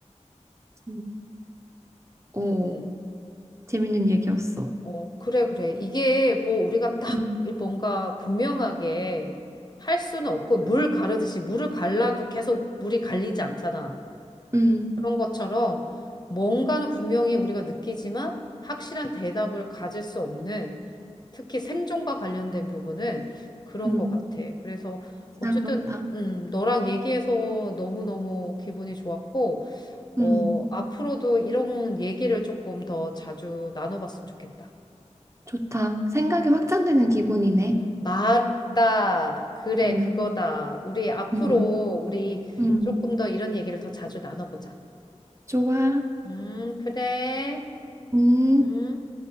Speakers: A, on the right (about 25°); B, on the left (about 35°).
A: 음. 어,
B: 응, 응.
A: 재밌는 얘기였어.
B: 어, 그래, 그래. 이게 뭐 우리가 딱
A: 음,
B: 뭔가 분명하게 할 수는 없고, 물 가르듯이 물을 갈라도 계속 물이 갈리지 않잖아.
A: 음,
B: 그런 것처럼 뭔가는 분명히 우리가 느끼지만 확실한 대답을 가질 수 없는 특히 생존과 관련된 부분은 그런
A: 음,
B: 것 같아. 그래서
A: 진짜
B: 어쨌든,
A: 그렇다.
B: 음, 너랑 얘기해서 너무너무 기분이 좋았고,
A: 음,
B: 어, 앞으로도 이런 얘기를 조금 더 자주 나눠봤으면 좋겠다.
A: 좋다. 생각이 확장되는 기분이네.
B: 맞다. 그래,
A: 음,
B: 그거다. 우리 앞으로
A: 음,
B: 우리
A: 음,
B: 조금 더 이런 얘기를 더 자주 나눠보자.
A: 좋아.
B: 음, 그래.
A: 음.
B: 음.